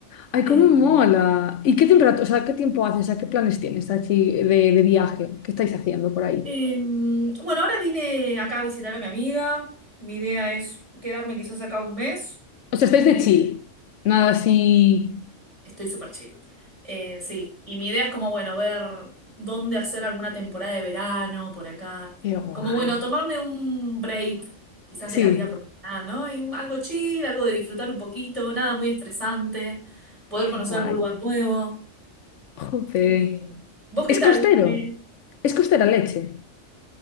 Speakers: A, on the left; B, on the right.
A: Ay,
B: Em,
A: cómo mola. ¿Y qué temperatura, o sea, qué tiempo haces, o sea, qué planes tienes así de, de viaje? ¿Qué estáis haciendo por ahí?
B: em, bueno, ahora vine acá a visitar a mi amiga. Mi idea es quedarme quizás acá un mes
A: O sea, estáis
B: y
A: de chill. Nada así.
B: estoy súper chill. Eh, sí, y mi idea es como, bueno, ver dónde hacer alguna temporada de verano por acá.
A: Qué guay.
B: Como, bueno, tomarme un break quizás
A: Sí,
B: de la vida profesional, ¿no? Y algo chill, algo de disfrutar un poquito, nada muy estresante, poder
A: qué
B: conocer
A: guay.
B: algún lugar nuevo.
A: Jope.
B: Eh, ¿vos qué
A: ¿Es
B: tal?
A: costero?
B: Eh,
A: ¿Es costera leche?